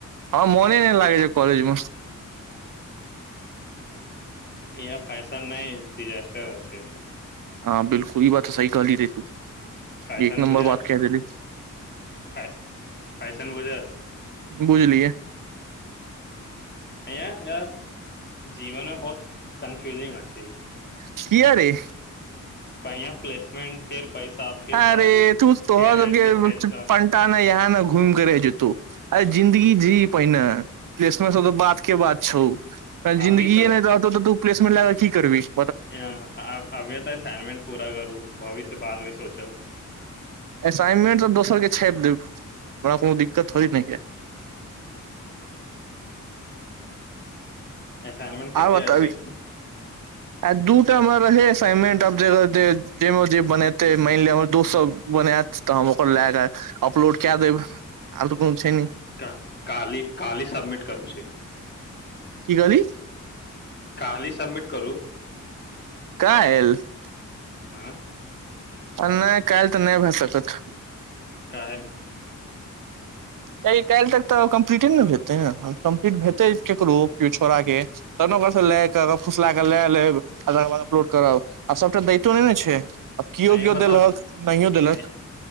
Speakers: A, on the right (about 90°); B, on the left (about 35°).
A: हमरा मने नहि लागे छै कॉलजमे
B: इहाँ फैसन नहि डिजास्टर आ छै
A: हँ बिल्कुल ई बात सही कहलीं रे तू
B: फैशन
A: एक नंबर
B: बुझल
A: बात केह देलहीं
B: फैश फैशन बुझल
A: बुझलियए
B: अंय यार जीवनमे बहुत कन्फ्यूजिंग अछि
A: किया रे
B: अंया प्लेसमेंट फेर पैसा फेर
A: आ
B: शादी
A: रे तू त तोहर
B: एंडलेस
A: फेर
B: टेंशन
A: पंटा ने ईहा न घुम के रहि जेतौ आ रे जिन्दगी जीह पहिनेे केश मे सब त बाद के बात छौ जिन्दगीए
B: अभी
A: ने रहतौ त तू पलेसमेंट ला क की करबिहीं
B: अंय अभी तऽ असाइनमेंट पूरा करू भविष्य बादमे सोचब
A: असाइनमेंट सब दोसर के छापि देब हमरा कोनो दिक्कत थोड़े नै या
B: असाईनमेंट कते
A: आर बताबी
B: छै
A: आ दू टामे रहै असाइनमेंट आब ज जे जैमे जे बनेतै मानि लिअ हमर दोस्त सभ बनायत तऽ हम ओकर लए कऽ अपलोड कए देब तऽ कोनो छै नहि
B: क काली काल्हि समिट करू छै
A: की कहलीं
B: काल्हि सबमिट करू
A: कालिह
B: आँ
A: आ नहि काल्हि तऽ नहि भए सकत
B: काहे नहि
A: काल्हि तक तऽ कम्प्लीटे ने हेतै ने कम्प्लीट हेतै केकरो केओ छौड़ा के तब न ओकरा ले के ओकरा फुसला के ले लेब आ अपलोड करब आ सभटा दैतो नहि ने छै आ केओ
B: अंय
A: केओ
B: बता
A: देलक नहियो देलक
B: अं